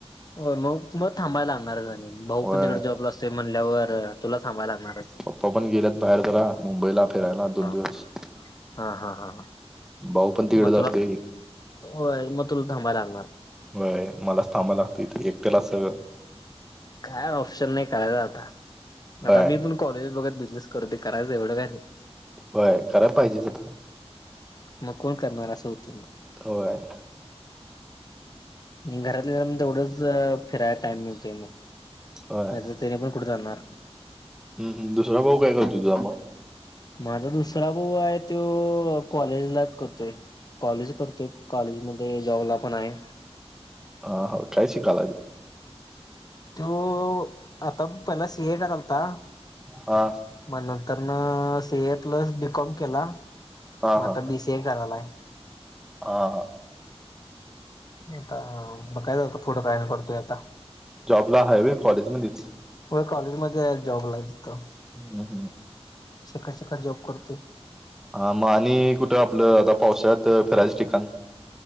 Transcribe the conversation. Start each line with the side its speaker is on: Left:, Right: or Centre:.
Left: हो मग मग थांबायला लागणार रनिंग. भाऊ
Centre: होय
Left: पण तिकडे जॉबला असतय म्हणल्यावर तुला थांबयला लागणारच.
Centre: तो पण गेलेत बाहेर जरा मुंबईला. फिरायला दोन
Left: हा
Centre: दिवस.
Left: हा हा हा
Centre: भाऊ पण तिकडंच
Left: मग तुला
Centre: असतेय.
Left: होय. मग तुला थांबयला लागणार.
Centre: व्हय मलाच थांबं लागतं इथ. एकट्यालाच सगळं.
Left: काय ऑप्शन नाही टाळायचा आता.
Centre: व्हय
Left: आता मी पण कॉलेज बघत बिझनेस करते, करायचं एवढं काय नाही.
Centre: होय. कराय पाहिजेच आता.
Left: मग कोण करणार? असं होतील ना.
Centre: होयात.
Left: ई घरातल्या घरात तेवढंच फिरायला टईम मिळतोय मग.
Centre: होय
Left: <unintelligible> पण कुठे जाणार?
Centre: हम्म हम्म. दुसरा भाऊ काय करतो तुझा मग?
Left: माझा दुसरा भाऊ आहे तो कॉलेजला करतोय. कॉलेज करतोय. कॉलेजमधे जॉबला पण आहे.
Centre: हा हा. काय शिकलाय?
Left: तो आता पहिला सीए करालता.
Centre: हा!
Left: मग नंतर न C A plus B com केला.
Centre: हा
Left: मग
Centre: हा
Left: आता बी सी ए करायला.
Centre: <unintelligible>
Left: आता मग काय झालं, पुढ काय करतोय आता!
Centre: जॉबला हायवे कॉलेजमध्येच!
Left: होय! कॉलेजमध्ये आहे जॉबला तिथं
Centre: <unintelligible>
Left: शिकत शिकत जॉब करतोय.
Centre: हा! मग आणि कुठं आपलं आता पावसाळ्यात फिरायच ठिकाण!